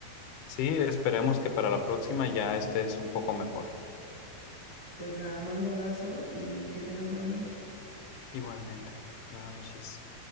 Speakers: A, on the left; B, on the right.
A: Sí, esperemos que para la próxima ya estés un poco mejor.
B: Pues nada, mando abrazo y que tengas buenas noches.
A: Igualmente. Buenas noches.